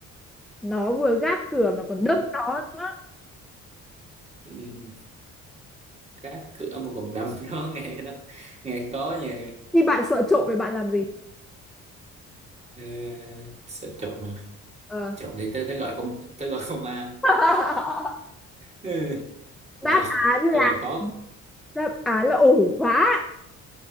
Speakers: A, in the centre; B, on the right (about 20°).
A: nó vừa gác cửa mà còn
B: ừ.
A: đâm nó nữa
B: Ừ. cá cửa mà còn đâm <laughs> nó nghe nó nghe khó nhỉ
A: khi bạn sợ trộm thì bạn làm gì
B: ờ, sợ trộm mà
A: Ờ,
B: trộm thì tới tới gọi công tới gọi công an
A: <laughs>
B: ừ.
A: đáp
B: câu
A: án
B: câu
A: là
B: này khó
A: đáp án là ổ khóa